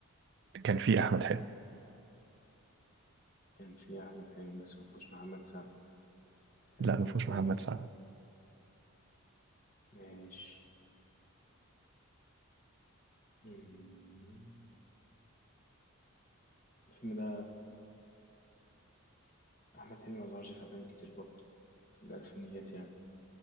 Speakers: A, on the right (about 50°); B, on the left (about 35°).
A: كان في احمد حلمي
B: كان في أحمد حلمي بس مفهوش محمد سعد كان
A: لا
B: كوميدي
A: ما فيهوش محمد
B: أوي
A: سعد
B: ماشي مم. الفيلم ده أحمد حلمي مظهرش في أفلام كتير برضه في الألفينيات يعني